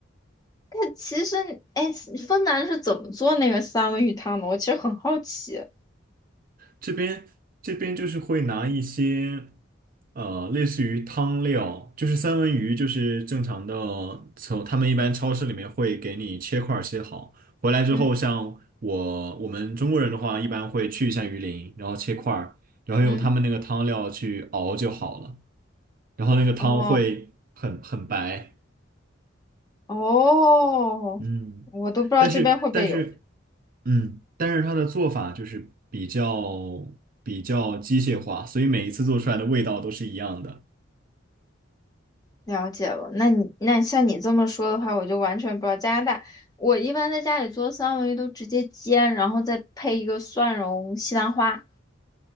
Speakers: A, on the left; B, on the right.
A: <laughs>，但其实你，哎，芬兰是怎么做那个三文鱼汤的？我其实很好奇。
B: 这边这边就是会拿一些呃，类似于汤料，就是三文鱼，就是正常的，从他们一般超市里面会给你切块儿切好，回来之后，
A: 嗯
B: 像我我们中国人的话，一般会去一下鱼鳞，然后切块儿，然后用他们那个汤料去熬就好了，
A: 嗯，
B: 然后那个汤会很很白，
A: 哦哦，
B: 嗯，
A: 我都不知道这边会不会有。
B: 但是但是嗯，但是它的做法就是比较比较机械化，所以每一次做出来的味道都是一样的。
A: 了解了，那你那像你这么说的话，我就完全不知道加拿大。我一般在家里做三文鱼都直接煎，然后再配一个蒜蓉西兰花。